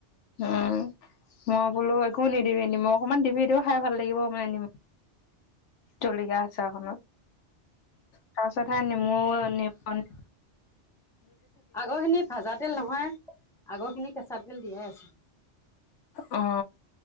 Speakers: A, on the left (about 80°); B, in the centre.
A: উম। মই বোলো একো নিদিবি নিমখ অকমান দিবি দিও খাই ভাল লাগিব মই আনিম। জলকীয়া আচাৰ অকণত। তাৰপিছত সে নেমু অ' নেমুপানী
B: আগৰখিনি ভাজা তেল নহয়। আগৰখিনি কেঁচা তেল দিয়াই আছিল।
A: অ